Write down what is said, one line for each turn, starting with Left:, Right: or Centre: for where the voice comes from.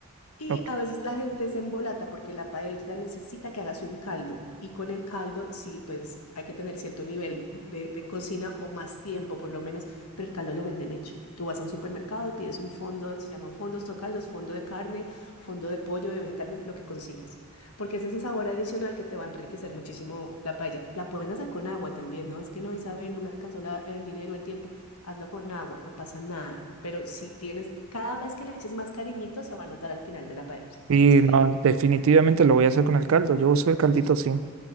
Left: Y
Right: Ok.
Left: a veces la gente se embolata porque la paella necesita que hagas un caldo. Y con el caldo, sí, pues hay que tener cierto nivel de, de cocina o más tiempo por lo menos, pero el caldo lo venden hecho. Tú vas a un supermercado y pides un fondo, se llaman fondos o caldos, fondo de carne, fondo de pollo, de vegetales, lo que consigas. Porque es ese sabor adicional que te va a enriquecer muchísimo la paella. La puedes hacer con agua también, ¿no? Es que no, Isabel, no me alcanzó la- el dinero, el tiempo. Hazlo con agua, no pasa nada. Pero si tienes, cada vez que le eches más cariñito, se va a notar al final de la paella.
Right: Y
Left: ¿Se entiende?
Right: no, definitivamente lo voy a hacer con el caldo. Yo uso el caldito, sí.